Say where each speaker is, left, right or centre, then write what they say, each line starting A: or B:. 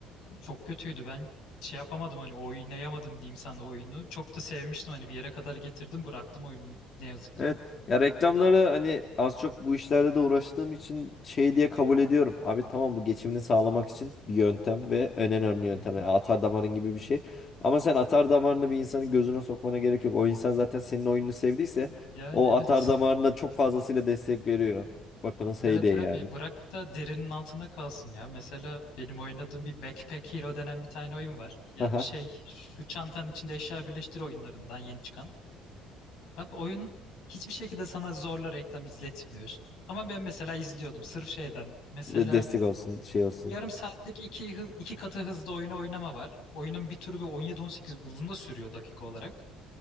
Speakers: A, on the left; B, on the left.
A: Çok kötüydü. Ben şey yapamadım hani oynayamadım diyeyim sana oyunu. Çok da sevmiştim hani bir yere kadar getirdim bıraktım oyunu ne yazık ki.
B: Evet. Ya reklamları hani az çok bu işlerle de uğraştığım için şey diye kabul ediyorum. Abi tamam bu geçimini sağlamak için bir yöntem ve en önemli yöntem.
A: Hı hı.
B: Yani atar damarın gibi bir şey. Ama sen atar damarını bir insanın gözüne sokmana gerek yok. O insan zaten senin oyununu sevdiyse
A: Yani
B: o
A: evet.
B: atar damarına çok fazlasıyla destek veriyor. Bakınız hey
A: Evet
B: de yani.
A: abi bırak da derinin altında kalsın ya. Mesela benim oynadığım bir Backpack Hero denen bir tane oyun var. Ya
B: Haha.
A: şey şu çantanın içinde eşya birleştir oyunlarından yeni çıkan. Abi oyun hiçbir şekilde sana zorla reklam izletmiyor. Ama ben mesela izliyordum sırf şeyden. Mesela
B: Destek olsun şey olsun.
A: Yarım saatlik iki, hı- iki katı hızda oyunu oynama var. Oyunun bir türü bir 17-18 uzun da sürüyor dakika olarak.